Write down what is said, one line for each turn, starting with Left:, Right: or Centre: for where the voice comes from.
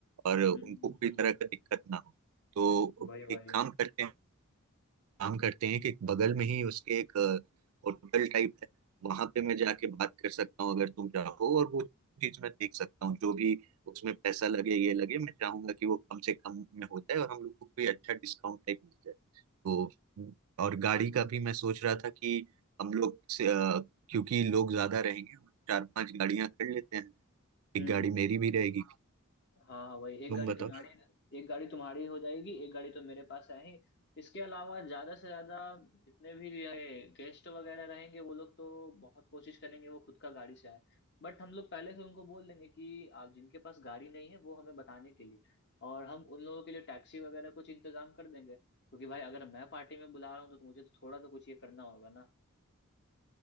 Right: और उनको
Left: हम्म हम्म
Right: कोई
Left: हम्म
Right: तरह का दिक्कत ना हो तो
Left: वही वही
Right: एक काम करते हैं काम करते हैं कि बगल में ही उसके एक होटल टाइप है वहां पे मैं जाके बात कर सकता हूँ अगर तुम चाहो और वो चीज मैं देख सकता हूँ जो भी उसमें पैसा लगे ये लगे मैं चाहूंगा कि वो कम से कम में हो जाए और हम लोग को कोई अच्छा डिस्काउंट टाइप मिल जाए तो और गाड़ी का भी मैं सोच रहा था कि हम लोग से अ, क्योंकि लोग ज्यादा रहेंगे हम लोग चार पांच गाड़ियां कर लेते हैं
Left: हम्म
Right: एक गाड़ी
Left: हम्म
Right: मेरी भी रहेगी
Left: हाँ हाँ वही एक
Right: तुम
Left: गाड़ी
Right: बताओ
Left: तुम्हारी एक गाड़ी तुम्हारी हो जाएगी एक गाड़ी तो मेरे पास है ही इसके अलावा ज्यादा से ज्यादा जितने भी ये गेस्ट वगैरह रहेंगे वो लोग तो बहुत कोशिश करेंगे वो खुद का गाड़ी से आए बट हम लोग पहले से उनको बोल देंगे कि आप जिनके पास गाड़ी नहीं है वो हमें बताने के लिए और हम उन लोगों के लिए टैक्सी वगैरह कुछ इंतजाम कर देंगे क्योंकि भाई अगर मैं पार्टी में बुला रहा हूँ तो मुझे तो थोड़ा तो कुछ ये करना होगा ना